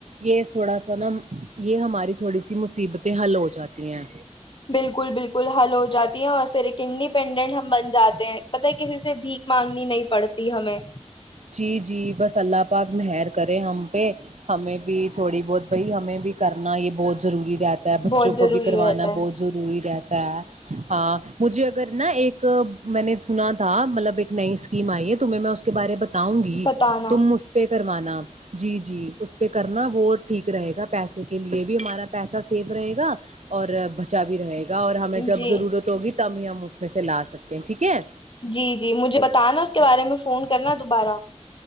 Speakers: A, on the right (about 75°); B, on the left (about 45°).
A: یہ تھوڑا سا نا یہ ہماری تھوڑی سی مصیبت حل ہو جاتی ہیں
B: بالکل بالکل حل ہو جاتی ہے اور پھر ایک کنی ڈپینڈنٹ ہم بن جاتے ہیں پتہ کسی سے بھیک مانگنی نہیں پڑتی ہمیں
A: جی جی بس اللہ پاک مہر کرے ہم پہ ہمیں بھی تھوڑی بہت بھائی ہمیں بھی کرنا یہ بہت ضروری رہتا ہے بچوں
B: بہت ضروری
A: کو بھی کروانا
B: رہتا ہے
A: بہت ضروری رہتا ہے ہاں مجھے اگر نا ایک میں نے سنا تھا مطلب نئی اسکم آئی ہے تمہیں میں اس کے بارے بتاؤں گی
B: بتانا
A: تم اس پہ کروانا جی جی اس پہ کرنا وہ ٹھیک رہے گا پیسے کے لیے بھی ہمارا پیسہ سیف رہے گا اور بچا بھی رہے گا اور ہمیں جب
B: جی
A: ضرورت ہوگی تب ہی ہم اس میں سے لا سکتے ہیں ٹھیک ہے
B: جی جی مجھے بتانا اس کے بارے میں فون کرنا دوبارہ